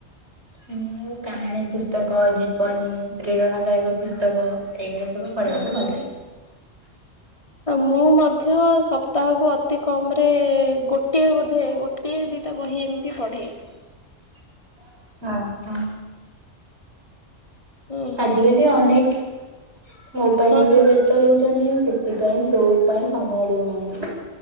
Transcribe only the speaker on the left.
ଓହୋ।
ମୁଁ ମଧ୍ୟ ସପ୍ତାହକୁ ଅତି କମ ରେ ଗୋଟିଏ ବୋଧେ ଗୋଟିଏ ଦିନ ଟା ବହି ଏମିତି ପଢ଼େ
ଓହୋ
ହଁ କୁହ।